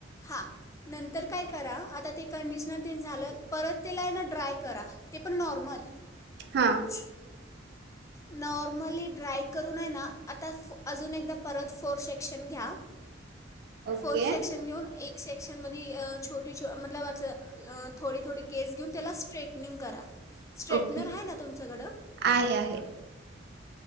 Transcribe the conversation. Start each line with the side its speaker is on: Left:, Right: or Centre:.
Left: हां नंतर काय करा, आता ते कंडिशनर तेन झालं परत तेला ए ना ड्राय करा ते पण नॉर्मल.
Right: हां
Left: छी् नॉर्मली ड्राय करूनय ना, आता फ अजून एकदा परत फोर सेक्शन घ्या.
Right: ओके
Left: फोर् सेक्शन घेऊन एक सेक्शन मधी अ छोटे छो मतलब असं ल थोडे-थोडे केस घेऊन त्यालास् ट्रेटनिंग करा. स्ट्रेटनर
Right: ओके
Left: हाय ना तुमच्याकडं?
Right: आहे आहे